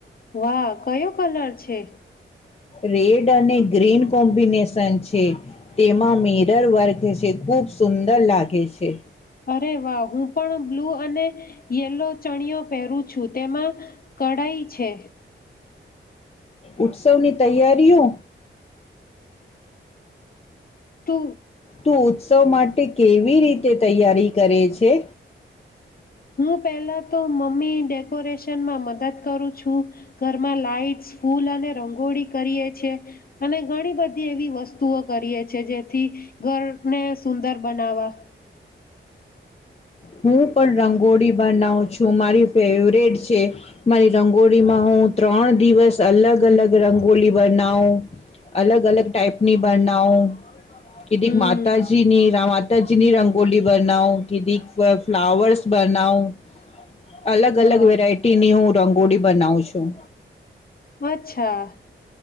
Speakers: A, on the left; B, on the left.
A: વાહ કયો કલર છે
B: રેડ અને ગ્રીન કોમ્બિનેશન છે તેમાં મિરર વર્ક છે ખુબ સુંદર લાગે છે
A: અરે વાહ હું પણ બ્લૂ અને યેલો ચણયો પહેરું છું તેમાં કઢાઈ છે
B: ઉત્સવની તૈયારીઓ
A: તુ
B: તું ઉત્સવ માટે કેવી રીતે તૈયારી કરે છે?
A: હું પેલા તો મમ્મી ડેકોરેશનમાં મદદ કરું છું, ઘરમાં લાાઈટસ ફૂલ અને રંગોળી કરીએ છે, અને ઘણી બધી એવી વસ્તુ તુઓ કરીએ છે જેથી ઘર ને સુંદર બનાવા
B: હું પણ રંગોળી બનાવું છું. મારી ફેવરેટ છે. મારી રંગોળીમાં હું ત્રણ દિવસ અલગ-અલગ રંગોળી બનાઉ, અલગ-અલગ ટાઈપની બનાઉ કેદીક
A: હમ
B: માતાજીની <unintelligible> તજની રંગોલી બનાઉં કીદીક. બ ફ્લાવર્સ બનાઉં. અલગ-અલગ
A: હા
B: વેરાયટી ની હું રંગોળી બનાવું છું.
A: અચ્છા.